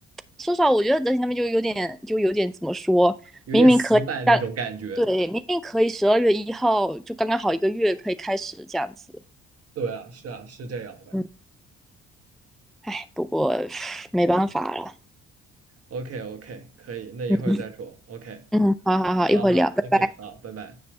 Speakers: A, in the centre; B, on the right (about 55°).
A: 说实话，我觉得德勤他们就有点，就有点怎么说，
B: 有点死板那种感觉。
A: 明明可以，但对，明明可以十二月一号就刚刚好一个月可以开始这样子，
B: 对啊，是啊，是这样的。
A: 嗯哎，不过没办法了，
B: OK OK，可以，那一会儿再说。
A: 嗯
B: OK，
A: 嗯，好好好，
B: 好好，OK，
A: 一会儿聊，拜拜。
B: 好，拜拜。